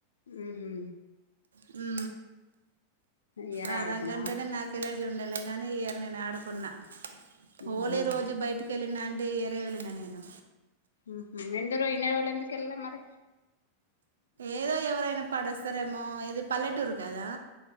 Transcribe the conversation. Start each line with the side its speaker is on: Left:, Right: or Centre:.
Left: ఊహు
Right: హు
Left: ఇయరే
Right: ఆ
Left: ఆడుకున్నావా
Right: రంగంటేనే నాకులాంటి చూండేలే గాని ఇయరు నేను ఆడుకున్నా హోళీ
Left: ఉహు
Right: రోజే బైటికి కెలినా అంటే ఈ ఇయర్ ఏ వెళ్ళినా నేను
Left: ఉహు ఇన్ని ఎందుకు వెళ్ళ లా మరి
Right: ఏదో ఎవరైనా పడివేస్తారు ఏమో ఇది పల్లెటూరు కాదా